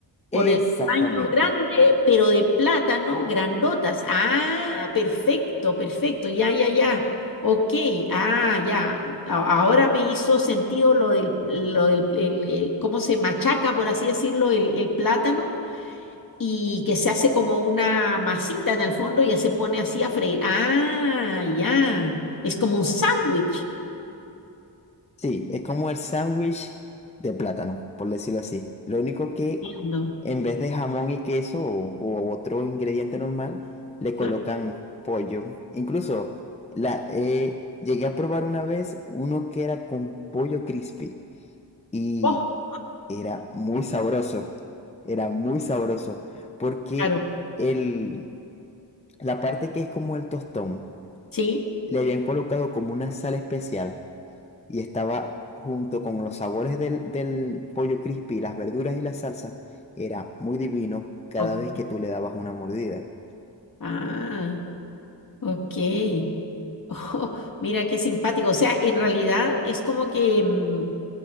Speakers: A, on the left; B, on the left.
A: por el
B: Exactamente.
A: tamaño grande, pero de plátano, grandotas. Ah, perfecto, perfecto, ya, ya, ya. Ok, ah, ya. A- Ahora me hizo sentido lo del, lo del, el, eh, cómo se machaca, por así decirlo, el, el plátano y que se hace como una masita en el fondo y ya se pone así a freír. Ah, ya. Es como un sándwich.
B: Sí, es como el sándwich de plátano, por decirlo así. Lo único que
A: Entiendo,
B: en vez de jamón y queso o, o otro ingrediente normal, le
A: Claro.
B: colocan pollo. Incluso la, eh, llegué a probar una vez uno que era con pollo crispy y
A: Oh,
B: era muy sabroso. Era muy sabroso porque
A: claro,
B: el La parte que es como el tostón,
A: sí.
B: le habían colocado como una sal especial y estaba junto con los sabores del, del pollo crispy, las verduras y la salsa, era muy divino cada
A: O-
B: vez que tú le dabas una mordida.
A: ah, ok. <laughs> Ojo, mira qué simpático. O sea, en realidad es como que, mm,